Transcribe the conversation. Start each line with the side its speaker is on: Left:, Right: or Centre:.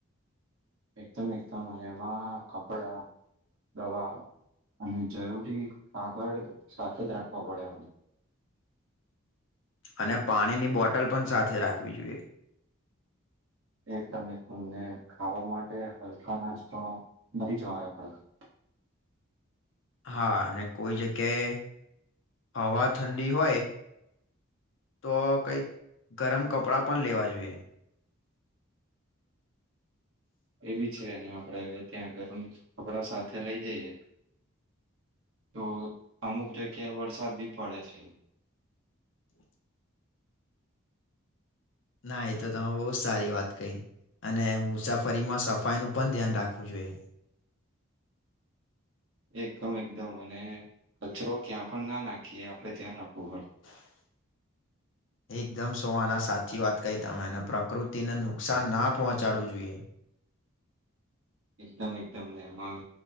Right: એકદમ-એકદમ અને એમાં કપડા દવા અને જરૂરી કાગળ સાથે જ રાખવા પડે હવે,
Left: અને પાણીની બોટલ પણ સાથે રાખવી જોઈએ.
Right: એકદમ-એકદમ ને ખાવા માટે હલકા નાસ્તો, મલી જવાય આપડા થી.
Left: <inaudible> હા અને કોઈ જગ્યાએ હવા ઠંડી હોય તો કઈક ગરમ કપડાં પણ લેવા જુએ.
Right: એ બી છે અને આપળે ત્યાં ગરમ કપડા સાથે લઈ જઈએ તો અમુક જગ્યાએ વરસાદ બી પડે છે.
Left: <inaudible> ના એ તો તમે બો જ સારી વાત કય અને મુસાફરીમાં સફાઈનું પણ ધ્યાન રાખવું જુએ
Right: એકદમ-એકદમ અને કચરો ક્યાં પણ ના નાખીએ આપડે ધ્યાન રાખવું પડ.
Left: <inaudible> એકદમ સો આના સાચી વાત કય તમે ને પ્રકૃતિને નુકસાન ના પહોંચાડવું જુએ. <inaudible>
Right: એકદમ-એકદમ ને એમાં